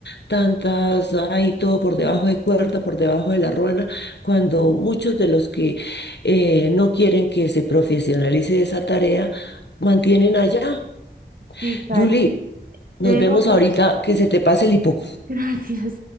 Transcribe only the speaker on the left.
tantas, ay, todo por debajo de cuerda, por debajo de la ruana, cuando muchos de los que eh, no quieren que se profesionalice esa tarea, mantienen allá.
Julie, nos
vemos
ahorita, que
se te pase el hipo.